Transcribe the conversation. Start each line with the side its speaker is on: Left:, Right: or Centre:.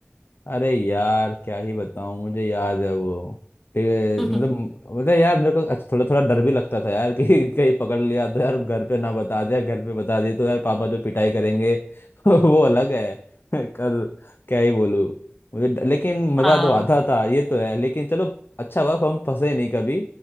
Left: अरे यार क्या ही बताऊं मुझे याद है वो ते-
Centre: <laughs>
Left: मतलब
Centre: हाँ
Left: मतलब यार मेरे को अच्छा, थोड़ा थोड़ा डर भी लगता था यार कि <laughs> कहीं पकड़ लिया तो यार घर पे ना बता दिया घर पे बता दिए तो यार पापा जो पिटाई करेंगे <laughs> वो अलग है <laughs> कर क्या ही बोलूं मुझे ड- लेकिन मजा
Centre: हाँ
Left: तो आता था ये तो है लेकिन चलो अच्छा हुआ हम फंसे नहीं कभी